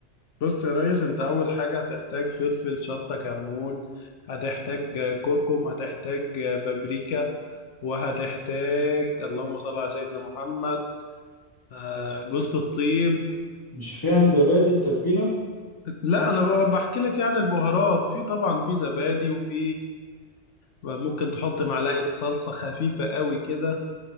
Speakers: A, on the left; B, on the left.
A: بص يا ريس انت اول حاجة هتحتاج فلفل شطة كمون هتحتاج كركم هتحتاج بابريكا وهتحتاج اللهم صل على سيدنا محمد آه، جوزة الطيب
B: مش فيها زبادي التتبيلة
A: لا انا ب- بحكي لك يعني البهارات في طبعا في زبادي وفي ممكن تحط معلقة صلصة خفيفة قوي كده